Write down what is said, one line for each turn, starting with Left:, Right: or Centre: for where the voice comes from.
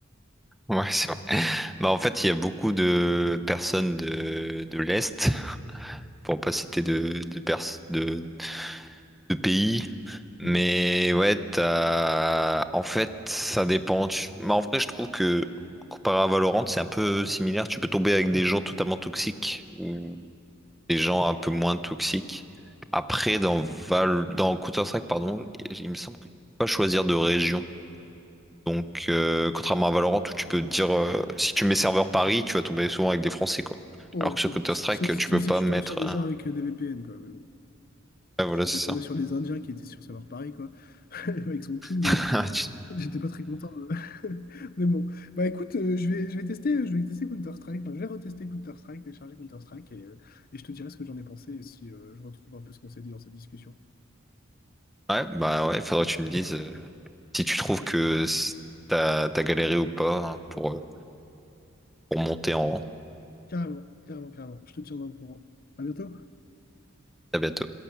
Centre: Ouais, c'est vrai. Bah, en fait, il y a beaucoup de personnes de, de l'Est, pour pas citer de, de, pers- de, de pays,
Left: Mhm.
Centre: Mais ouais, t'as- en fait, ça dépend. Tu- Mais en vrai, je trouve que comparé à Valorant, c'est un peu similaire. Tu peux tomber avec des gens totalement toxiques ou des gens un peu moins toxiques. Après, dans Val... dans Counter-Strike, pardon, il me semble que tu peux pas choisir de région. Donc, euh, contrairement à Valorant, où tu peux dire, euh, si tu mets serveur Paris, tu vas tomber souvent avec des Français, quoi.
Left: Ouais,
Centre: Alors
Left: enfin,
Centre: que sur Counter-Strike,
Left: s- sauf, sauf
Centre: tu peux
Left: si
Centre: pas
Left: tu
Centre: mettre.
Left: tombes sur des
Centre: un-
Left: gens avec euh, des VPN, quoi. Mais bon,
Centre: Ouais, voilà,
Left: je suis déjà
Centre: c'est
Left: tombé
Centre: ça.
Left: sur des Indiens qui étaient sur serveur Paris, quoi, <laughs> avec son ping.
Centre: <laughs>
Left: J'étais pas très content. euh. <laughs> Mais bon. Bah écoute, euh, je vais, je vais tester, je vais tester Counter-Strike. Enfin, je vais retester Counter-Strike, télécharger Counter-Strike et, euh, et je te dirai ce que j'en ai pensé et si euh, je retrouve un peu ce qu'on s'est dit dans cette discussion.
Centre: Ouais, bah ouais, faudrait que tu me dises. euh, Si tu trouves que t'as t'as galéré ou pas hein, pour, euh, pour monter en rang.
Left: Carrément, carrément, carrément. Je te tiendrai au courant. À bientôt.
Centre: À bientôt.